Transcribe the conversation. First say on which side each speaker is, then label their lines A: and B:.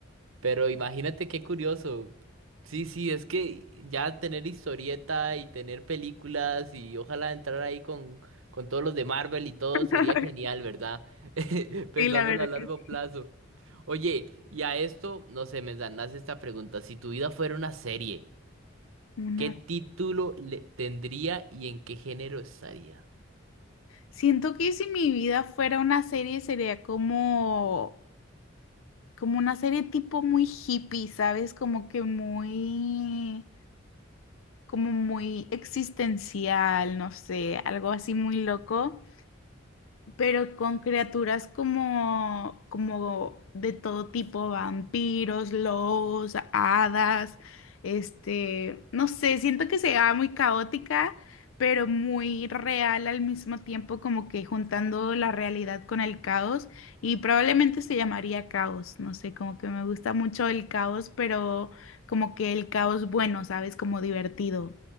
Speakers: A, on the right; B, on the left.
A: Pero imagínate qué curioso. Sí, sí, es que ya tener historieta y tener películas y ojalá entrar ahí con, con todos los de Marvel y todo
B: <laughs>
A: sería genial, ¿verdad? <laughs> Pensándolo
B: Sí, la verdad
A: a largo
B: que sí.
A: plazo. Oye, y a esto, no sé, me dan- esta pregunta. Si tu vida fuera una serie,
B: Una...
A: ¿qué título le tendría y en qué género estaría?
B: Siento que si mi vida fuera una serie sería como, como una serie tipo muy hippie, ¿sabes? Como que muy, como muy existencial, no sé, algo así muy loco. pero con criaturas como, como de todo tipo, vampiros, lobos, hadas, este, no sé, siento que se va muy caótica, pero muy real al mismo tiempo, como que juntando la realidad con el caos, y probablemente se llamaría caos, no sé, como que me gusta mucho el caos, pero como que el caos bueno, ¿sabes? Como divertido.